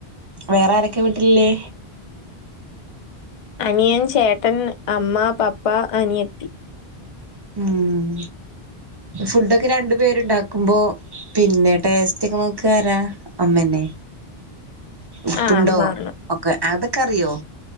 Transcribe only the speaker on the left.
അനിയൻ ചേട്ടൻ അമ്മ പപ്പ അനിയത്തി
ആ
അമ്മ ആണ്